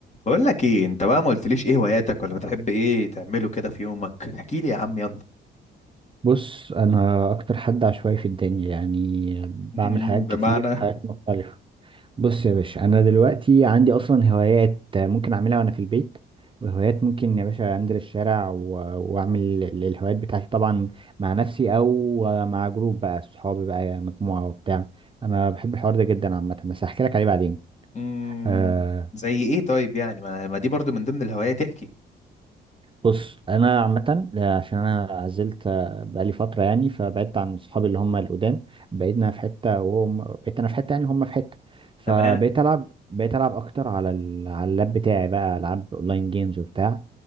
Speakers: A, on the left; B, on the right.
A: بقول لك ايه انت بقى ما قلتليش ايه هواياتك ولا بتحب ايه تعمله كده في يومك احكي لي يا عم يلا
B: بص انا اكتر حد عشوائي في الدنيا يعني بعمل
A: <laughs>
B: حاجات
A: بمعنى
B: كتير وحاجات مختلفة بص يا باشا انا دلوقتي عندي اصلا هوايات ممكن اعملها وانا في البيت وهوايات ممكن يا باشا انزل الشارع و- واعمل ال- الهوايات بتاعتي طبعا مع نفسي او مع جروب بقى صحابي بقى مجموعة وبتاع انا بحب الحوار ده جدا عامة بس هحكي لك عليه بعدين
A: مم،
B: آه،
A: زي ايه طيب يعني ما, ما دي برضو من ضمن الهوايات احكي
B: بص انا عامه آه، عشان انا عزلت آه، بقالي فتره يعني فبعدت عن صحابي اللي هم القدام بقينا في حته وهم بقيت انا في حته يعني هم في حته فبقيت
A: تمام
B: العب بقيت العب اكتر على ال... على اللاب بتاعي بقى العاب اونلاين جيمز وبتاع